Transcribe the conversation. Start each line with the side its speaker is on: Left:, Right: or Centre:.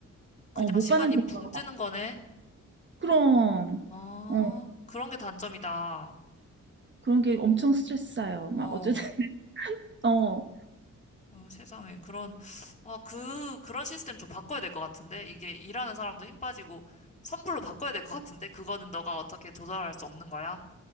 Left: 그냥
Right: 어, 못
Left: 시간이
Right: 받는 경우가
Left: 붕 뜨는
Right: 많아.
Left: 거네?
Right: 그럼
Left: 아,
Right: 어,
Left: 그런 게 단점이다.
Right: 그런 게 엄청 스트레스 쌓여.
Left: 어,
Right: 막 어쨌든 <laughs> 어.
Left: 어, 세상에. 그런, 아, 그, 그런 시스템 좀 바꿔야 될 것 같은데? 이게 일하는 사람도 힘 빠지고, 선불로 바꿔야 될 것 같은데? 그거는 너가 어떻게 조절할 수 없는 거야?